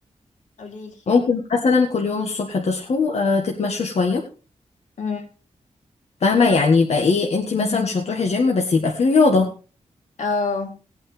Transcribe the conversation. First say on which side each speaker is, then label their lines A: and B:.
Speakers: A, on the left (about 85°); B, on the left (about 60°).
A: <laughs> قوليلي
B: ممكن مثلا كل يوم الصبح تصحوا آه تتمشوا شويه
A: مم.
B: فاهمه يعني يبقى ايه انت مثلا مش هتروحي جيم بس يبقى في رياضه
A: اه